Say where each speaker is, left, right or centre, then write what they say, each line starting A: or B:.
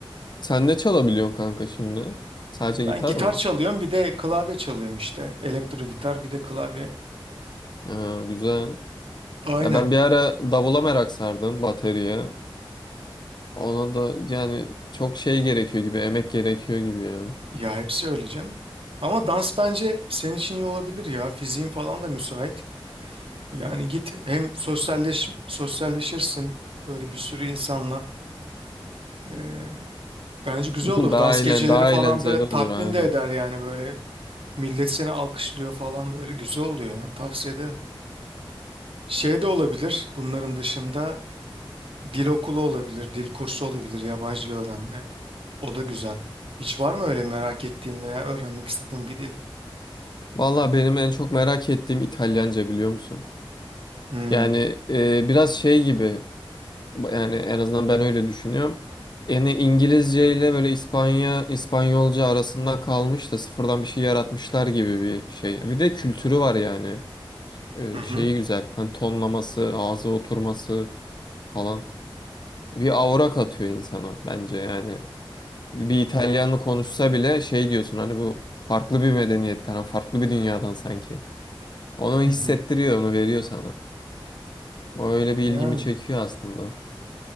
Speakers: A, on the left; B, on the right.
A: Sen ne çalabiliyorsun kanka şimdi? Sadece
B: Ben
A: gitar
B: gitar
A: mı?
B: çalıyorum bir de klavye çalıyorum işte. Elektro gitar bir de klavye.
A: Ha, güzel.
B: Aynen.
A: Ya ben bir ara davula merak sardım, bateriye. Ona da yani çok şey gerekiyor gibi, emek gerekiyor gibi ya.
B: Ya hepsi öyle canım. Ama dans bence senin için iyi olabilir ya. Fiziğin falan da müsait. Yani git hem sosyalleş sosyalleşirsin böyle bir sürü insanla. Ee, bence güzel
A: Bu
B: olur.
A: Daha
B: Dans
A: eğlen,
B: geceleri
A: daha
B: falan
A: eğlenceli
B: da tatmin
A: olur aynen.
B: de eder yani böyle. Millet seni alkışlıyor falan böyle güzel oluyor yani tavsiye ederim. Şey de olabilir bunların dışında dil okulu olabilir, dil kursu olabilir, yabancı dil öğrenme. O da güzel. Hiç var mı öyle merak ettiğin veya öğrenmek istediğin bir dil?
A: Valla benim en çok merak ettiğim İtalyanca biliyor musun?
B: Hmm.
A: Yani e, biraz şey gibi yani en azından ben öyle düşünüyorum. Yani İngilizce ile böyle İspanya, İspanyolca arasında kalmış da sıfırdan bir şey yaratmışlar gibi bir şey. Bir de kültürü var yani. e,
B: Hı
A: şeyi
B: hı.
A: güzel. Hani tonlaması, ağza oturması falan. Bir aura katıyor insana bence yani. Bir İtalyanlı konuşsa bile şey diyorsun hani bu farklı bir medeniyetten, ha, farklı bir dünyadan sanki. Onu hissettiriyor,
B: <laughs> Hı hı.
A: onu veriyor sana. O öyle
B: Yani
A: bir ilgimi çekiyor aslında.